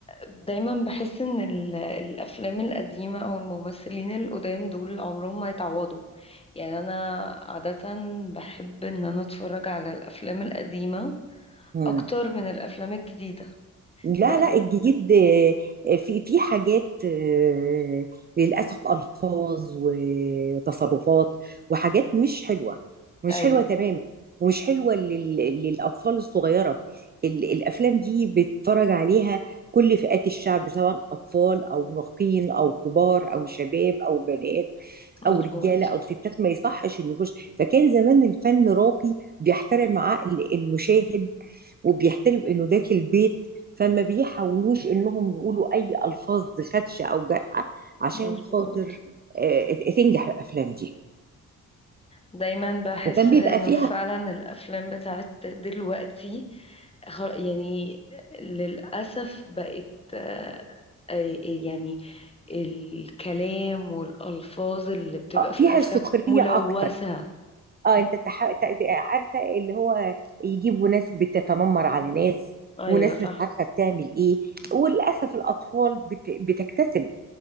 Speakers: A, on the left; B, on the right.
A: دايما بحس ان ال- الافلام القديمه او الممثلين القدام دول عمرهم ما يتعوضوا يعني انا عاده بحب ان انا اتفرج على الافلام القديمه
B: دي
A: اكتر من الافلام الجديده
B: لا
A: بقى
B: لا الجديد آه، في في حاجات آه، للأسف ألفاظ وتصرفات وحاجات مش حلوة مش
A: ايوه
B: حلوة تماما ومش حلوة لل- للأطفال الصغيرة ال- الأفلام دي بيتفرج عليها كل فئات الشعب سواء أطفال أو مراهقين أو كبار أو شباب أو بنات
A: مظبوط
B: أو رجالة أو ستات ما يصحش إنه يخش فكان زمان الفن راقي بيحترم عقل المشاهد وبيحترم انه داخل البيت فما بيحاولوش انهم يقولوا اي الفاظ خدشه او جارحه عشان
A: مظبوط
B: خاطر آه، تنجح الافلام دي
A: دايما بحس
B: وكان بيبقى
A: انه
B: فيها
A: فعلا الافلام بتاعت دلوقتي خل- يعني للاسف بقت آه، آه، يعني الكلام والألفاظ اللي بتبقى
B: آه،
A: في
B: فيها
A: الأفلام
B: سخريه
A: ملوثة
B: اكتر اه
A: م-
B: انت تح... ت- عارفه اللي هو يجيبوا ناس بتتنمر على ناس
A: أيوة
B: وناس
A: صح
B: مش عارفه بتعمل ايه وللاسف الاطفال بت... بتكتسب